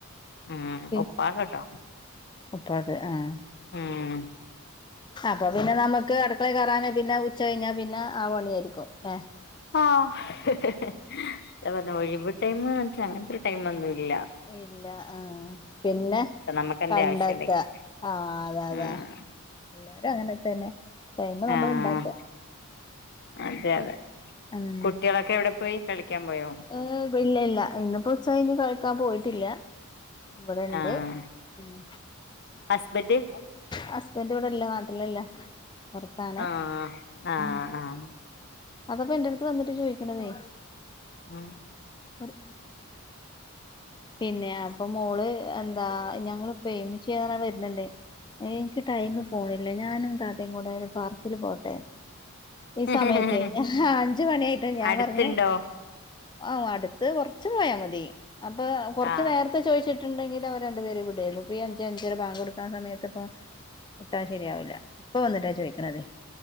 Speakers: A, on the left; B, on the left.
A: ഉം
B: പി
A: ഉപ്പാകെട്ടോ
B: ഉപ്പാക്ക് ആഹ്
A: ഉം
B: അപ്പൊ പിന്നെ നമ്മക്ക് അടുക്കളെ കേറാനോ പിന്ന ഉച്ച കഴിഞ്ഞാ പിന്ന ആ പണിയായിരിക്കും ഏഹ്
A: ആ അതാ പറഞ്ഞ ഒഴിവ് ടൈമ് എന്ന് വെച്ച അങ്ങനൊത്തൊ ടൈമൊന്നുല്ല
B: ഇല്ല ആ പിന്നെ
A: നമുക്ക് എന്തേ
B: പണ്ടെത്ത
A: ആവശ്യം ഉണ്ടെങ്കിൽ
B: ആഹ് അതെ അതെ
A: ഉം
B: എല്ലാരും അങ്ങനെ തന്നെ ടൈമ് നമ്മള്
A: ആഹ്
B: ഇണ്ടാക്ക
A: അതെ അതെ
B: ഉം
A: കുട്ടികളൊക്കെ എവിടെ പോയി കളിക്കാൻ പോയോ
B: അ് ഇല്ല ഇല്ല ഇന്നിപ്പോ ഉച്ചകഴിഞ്ഞ് കളിക്കാൻ പോയിട്ടില്ല ഇവിടെണ്ട്
A: ആഹ്
B: ഉം
A: ഹസ്ബെൻറ്റ്
B: ഹസ്ബൻറ്റ് ഇവിടല്ല നാട്ടിലല്ല പൊറത്താണ്
A: ആഹ് ആഹ്
B: ഉം
A: ആഹ്
B: അതിപ്പോ എൻ്റെടുത്ത് വന്നിട്ട് ചോയിക്കണതേ
A: ഉം
B: ഒരു പിന്നെ അപ്പം മോള് എന്താ ഞങ്ങള് ഉപ്പേം മിച്ചിയ്യും വെരുന്നുണ്ട് എനിക്ക് ടൈംമ് പോണില്ല ഞാനും താത്തയും കൂടെ പാർക്കില് പോട്ടെ
A: ആഹ്
B: ഈ സമയത്തെ ഞാൻ അഞ്ച് മണിയായിട്ടും ഞാൻ
A: അടുത്തുണ്ടോ
B: പറഞ്ഞ് ആ അടുത്ത് കൊർച്ച് പോയാ മതി അപ്പൊ കൊർച്ച്
A: ആഹ്
B: നേരത്തെ ചോയിച്ചി ട്ട്ണ്ടെങ്കിൽ അവര് രണ്ടു പേരെയും വിടമായിരുന്നു ഇപ്പൊഈ അഞ്ച് അഞ്ചേര ബാങ്ക് കൊടുക്കൻ സമയത്ത് പ്പം വിട്ടാ ശരിയാവില്ല ഇപ്പം വന്നിട്ടാ ചോദിക്കണേത്